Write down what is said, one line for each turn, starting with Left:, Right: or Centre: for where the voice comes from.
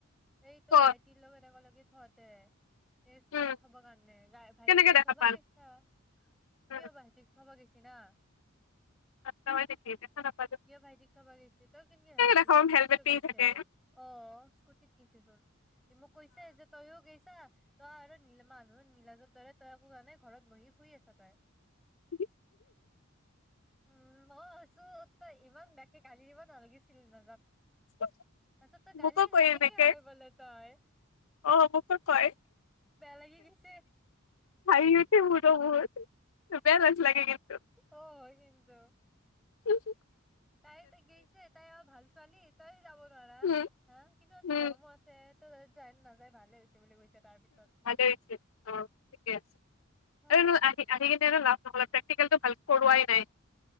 Centre: এই তই
Left: ক
Centre: ভাইটিৰ লগত একে লগে তহতে এই স্কুলত
Left: উম
Centre: কাৰণে গাই ভাইটিক
Left: কেনেকে
Centre: তই
Left: দেখা
Centre: থবা
Left: পাল
Centre: গৈছা ই
Left: উম
Centre: ভাইটিক থব গৈছি না
Left: আচ্ছা হয় নেকি দেখা নাপালো
Centre: ইিয় ভাইটিক থবা গৈছে তই কেনেকে ভাবি
Left: দেখা
Centre: স্কুটিত
Left: পাম হেলমেট
Centre: লৈ
Left: পিন্ধি
Centre: গৈছে
Left: থাকে।
Centre: অ স্কুটিত গৈছচোন মোক কৈছে যে তইয়ও গৈছা ত আৰু আৰু মানুহ নীলাজৰ দৰে তইো জোৱা নাই ঘৰত বহি শুই আছা তই
Left: উ
Centre: উম মই আছো তই ইমান বোকে গালি দিব নালাগিছিল ছিল
Left: হা
Centre: পাছত গালি
Left: মোকো কয়
Centre: লাহেকে
Left: এনেকে
Centre: হয় বোলে তই
Left: অ মোকো কয়
Centre: লাগি গৈছে
Left: হাঁহি ওঠে মোৰ বহুত বেয়া লাজ লাগে কিন্তু
Centre: অ হয় কিন্তু
Left: জ জ
Centre: তাই ত গৈছে তাই আৰ ভাল ছোৱালী তই‌ যাব না
Left: উম
Centre: হা কিন্তু আজি
Left: উম
Centre: গৰমো আছে ত তাত যায় নাযায় ভালে হৈছে বুলি কৈছে তাৰ পিছত
Left: ভালেই অ ঠিকে আছে
Centre: অহ
Left: আৰু আহি আহি কিনে লাভ তম প্ৰে্টিকেলটো ভালকে কৰোৱাই নাই